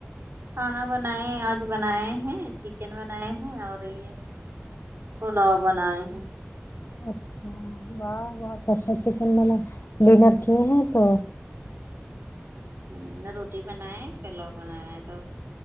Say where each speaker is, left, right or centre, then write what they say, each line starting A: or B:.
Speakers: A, on the right; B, on the left.
A: کھانا بنائے آج بنائے ہیں چکن بنائے ہیں اور یہ پلاؤ بنائے ہیں
B: اچھا واہ بہت اچھا چکن میں نے ڈنر کیے ہیں تو
A: ہوں انڈا روٹی بنائے فلو بنیا ہے تو